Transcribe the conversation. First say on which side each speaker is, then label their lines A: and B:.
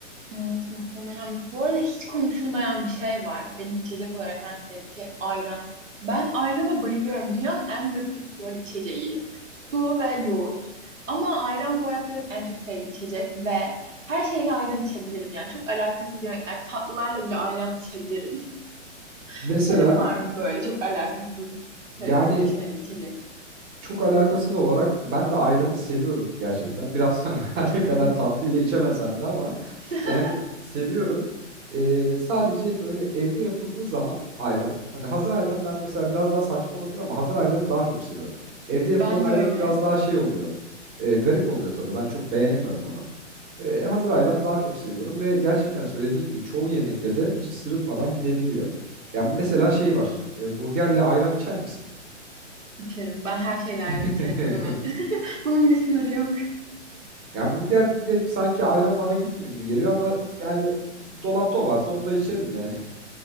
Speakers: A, on the right; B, on the right.
A: Evet muhtemelen. Bu arada hiç konuşulmayan bir şey var. Benim içecek olarak en sevdiğim şey ayran. Ben ayrana bayılıyorum. Dünyanın en basit bu arada içeceği. Su ve yoğurt. Ama ayran bu hayatta benim en çok sevdiğim içecek ve her şeyle ayran içebilirim yani. Çok alakasız yemekler. Tatlılarla bile ayran içebilirim. <laughs>
B: Mesela
A: Senin var mı böyle çok alakasız
B: yani
A: sevdiğin bir şey, içecek?
B: çok alakasız olarak ben de ayranı seviyorum gerçekten. Biraz hani <laughs> her ne
A: Hı
B: kadar tatlı ile içemesem de ama
A: hı. <laughs>
B: yani seviyorum. Ee, sadece böyle evde yapıldığı zaman ayran. Hani hazır ayran ben mesela biraz daha saçma olabilir ama hazır ayranı daha çok seviyorum. Evde
A: Ben
B: yapılan ayran
A: de öyle
B: biraz daha şey oluyor. e, garip oluyor tadı. Ben çok beğenemiyorum onu. E, hazır ayran daha çok seviyorum ve gerçekten söylediğin gibi çoğu yemekle de hiç sırıtmadan gidebiliyor. Yani mesela şey var. e, burgerle ayran içer misin?
A: içerim. Ben her şeyle ayran
B: <laughs>
A: içerim. Bunun, <laughs> bunun bir sınırı yok.
B: Yani burgerle sanki ayran bana gitmiyor gibi geliyor ama yani dolapta o varsa onu da içerim yani.